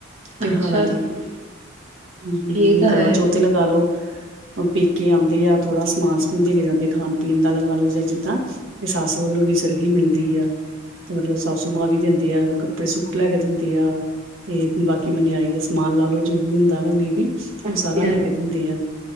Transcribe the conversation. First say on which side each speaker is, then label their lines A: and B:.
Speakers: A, on the right; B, on the right.
A: ਤਿਉਹਾਰਾਂ
B: ਅੱਛਾ
A: ਤੇ,
B: ਜੀ
A: ਹਮ ਹਮ,
B: ਇਹ ਤਾਂ
A: ਕਰਵਾਚੌਥ
B: ਹੈ
A: ਤੇ ਲਗਾ ਲੋ ਪੇ ਕੇ ਆਉਂਦੇ ਆ, ਥੋੜ੍ਹਾ ਸਮਾਨ ਸਮੂਨ ਦੇ ਕੇ ਜਾਂਦੇ ਖਾਣ ਪੀਣ ਦਾ ਲਗਾ ਲਓ, ਜਾਂ ਜਿੱਦਾਂ ਤੇ ਸੱਸ ਵੱਲੋਂ ਵੀ ਸੜਗੀ ਮਿਲਦੀ ਆ, ਤੇ ਮਤਲਬ ਸਸੂ ਮਾਂ ਵੀ ਦੇ ਆ ਕੱਪੜੇ, ਸੂਟ ਲੈ ਕੇ ਜਾਂਦੀ ਆ ਤੇ ਬਾਕੀ ਮਨਿਆਰੀ ਦਾ ਸਮਾਨ ਲਾ ਲੋ, ਜੋ ਵੀ ਹੁੰਦਾ ਵਾ ਮੇਬੀ
B: ਹਾਂਜੀ
A: ਉਹ ਸਾਰਾ
B: ਹਾਂਜੀ
A: ਲੈ ਕੇ ਦਿੰਦੇ ਆ,